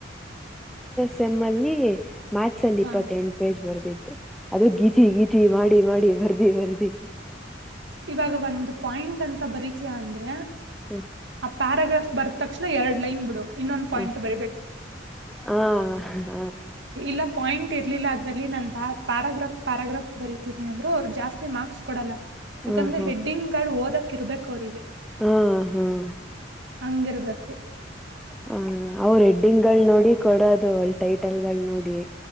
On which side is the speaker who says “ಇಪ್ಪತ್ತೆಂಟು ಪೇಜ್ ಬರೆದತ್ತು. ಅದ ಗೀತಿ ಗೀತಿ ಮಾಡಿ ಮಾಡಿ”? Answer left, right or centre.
Centre